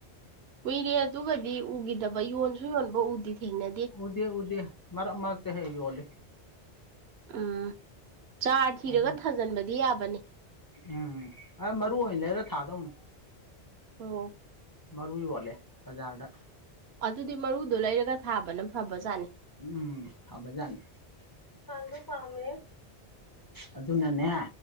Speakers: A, on the right; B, on the left.
A: ꯀꯨꯏꯔꯦ ꯑꯗꯨꯒꯗꯤ ꯎꯒꯤꯗꯕ ꯌꯣꯟꯁꯨ ꯌꯣꯟꯕ ꯎꯗꯤ ꯊꯦꯡꯅ
B: ꯎꯗꯦ ꯎꯗꯦ ꯃꯔꯛ ꯃꯔꯛꯇ ꯍꯦꯛ ꯌꯣꯜꯂꯤ
A: ꯎꯝ ꯆꯥꯔ ꯊꯤꯔꯒ
B: ꯑꯗꯨꯅ
A: ꯊꯥꯖꯤꯟꯕꯗꯤ ꯌꯥꯕꯅꯤ
B: ꯎꯝ ꯑꯥ ꯃꯔꯨ ꯑꯣꯏꯅ ꯂꯩꯔ ꯊꯥꯗꯧꯅꯤ
A: ꯑꯣ
B: ꯃꯔꯨ ꯌꯣꯜꯂꯦ ꯕꯖꯥꯔꯗ
A: ꯑꯗꯨꯗꯤ ꯃꯔꯨꯗꯣ ꯂꯩꯔꯒ ꯊꯥꯕꯅ ꯐꯕꯖꯥꯠꯅꯤ
B: ꯎꯝ ꯐꯕ ꯖꯥꯠꯅꯤ ꯊꯥꯕ ꯄꯥꯝꯃꯦ ꯑꯗꯨꯅꯅꯦ